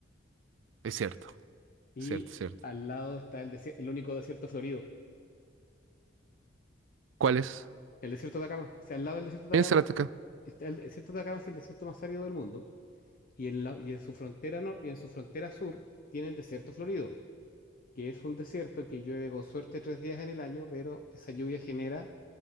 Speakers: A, on the right (about 80°); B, on the left (about 50°).
A: Es cierto,
B: Y
A: cierto, cierto.
B: al lado está el, desier- el único desierto florido,
A: ¿Cuál es?
B: el desierto de Atacama. O sea, al lado del desierto de
A: Piensa
B: Atacama
A: el Atacama.
B: está el desierto de Atacama es el desierto más árido del mundo y en la- y en su frontera nor- y en su frontera sur tiene el desierto florido, que es un desierto que llueve con suerte tres días en el año, pero esa lluvia genera